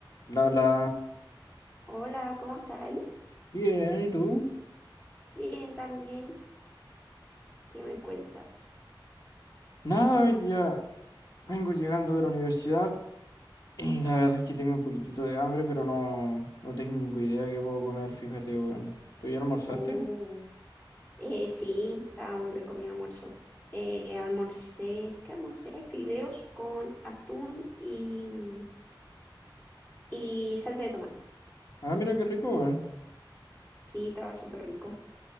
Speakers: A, on the left (about 50°); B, on the left (about 20°).
A: La, la.
B: Hola, ¿cómo estás ahí?
A: Bien, ¿y tú?
B: Bien, también. ¿Qué me cuentas?
A: Nada, hoy día vengo llegando de la universidad y la verdad es que tengo un poquitito de hambre, pero no, no tengo idea qué puedo comer, fíjate, weón. ¿Tú ya almorzaste?
B: Uh, eh, sí, estaba muy rico mi almuerzo. Eh, almorcé, ¿qué almorcé? Fideos con atún y, y salsa de tomate.
A: Ah, mira qué rico, weón.
B: Sí, estaba súper rico.